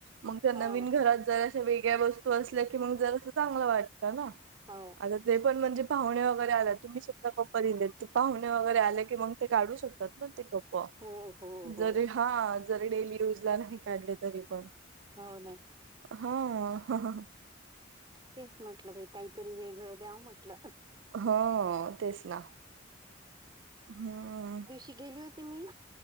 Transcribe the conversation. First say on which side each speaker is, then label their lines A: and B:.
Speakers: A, on the right (about 80°); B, on the right (about 25°).
A: मंग त्या नवीन
B: हो
A: घरात जर अशा वेगळ्या वस्तू असल्या की मंग जरासा चांगलं वाटतं ना.
B: हो
A: आता ते पण म्हणजे पाहुणे वगैरे आलेत तुम्ही सुखा कोपा ते पाहुणे वगैरे आले की मंग काढू शकतात ना ती कपं
B: हो हो हो
A: जरी हा जरी डेली यूजला नाही काढले तरी पण
B: हाव ना.
A: हां.
B: तेच म्हटलं बाई काहीतरी वेगळ द्याव म्हटलं.
A: हां तेच ना हम्म.
B: ती गेली होती मी